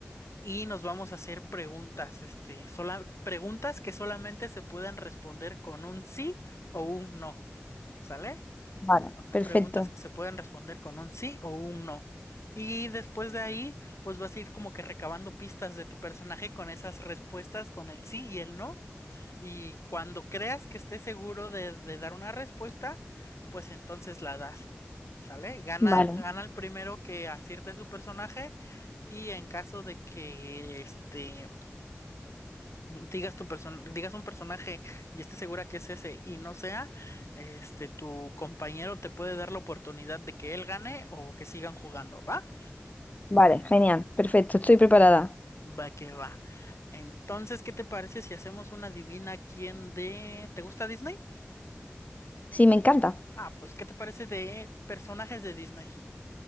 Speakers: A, on the left; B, on the left.
A: y nos vamos a hacer preguntas, este, sola, preguntas que solamente se puedan responder con un sí o un no. ¿Sale?
B: vale,
A: O sea,
B: perfecto.
A: preguntas que se pueden responder con un sí o un no. Y después de ahí, pues vas a ir como que recabando pistas de tu personaje con esas respuestas, con el sí y el no. Y cuando creas que estés seguro de, de dar una respuesta, pues entonces la das. ¿Sale? Gana,
B: Vale,
A: gana el primero que acierte su personaje. Y en caso de que este digas tu person digas un personaje y estés segura que es ese y no sea, este, tu compañero te puede dar la oportunidad de que él gane o que sigan jugando, ¿va?
B: vale, genial, perfecto. Estoy preparada.
A: Va que va. Entonces, ¿qué te parece si hacemos una divina quién de... ¿Te gusta Disney?
B: Sí, me encanta.
A: Ah, pues, ¿qué te parece de personajes de Disney?